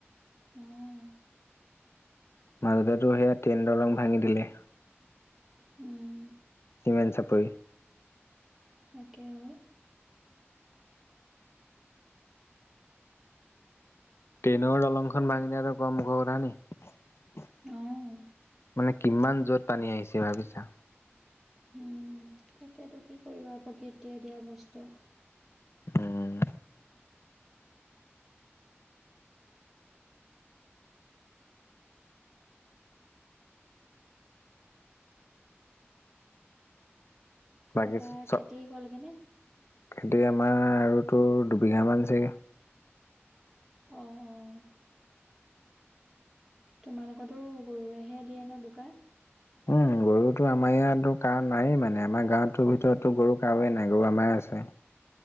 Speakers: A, in the centre; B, on the left.
A: উমঁ।
B: মাজতেটো সেয়া ট্ৰেইনৰৰ দলং ভাঙি দিলে।
A: উম,
B: চিমেণ্ট চাপৰি।
A: তাকে অঁ'।
B: ট্ৰেইনৰ দলং খন ভাঙি নিয়া কম মুখৰ কথা নেকি।
A: অ',
B: মানে কিমান জোৰত পানী আহিছে ভাবিছা।
A: উম, তাকেতো কি কৰিবা প্ৰকৃতিয়ে দিয়া বস্তু।
B: উমঁ। বাকি
A: তাৰপা
B: চব
A: খেতি হ'লগেনে?
B: খেতি আমাৰ আৰু টো দুবিঘামান আছে। <unintelligible>
A: অ', অ', তোমালোকৰ টো গৰুৱে'হে দিয়ে ন' বোকা?
B: উমঁ, গৰুটো আমাৰ ইয়াত কাৰো নাই মানে, আমাৰ গাঁৱৰ ভিতৰতটো গৰু কাৰোৱেই নাই গৰু আমাৰহে আছে।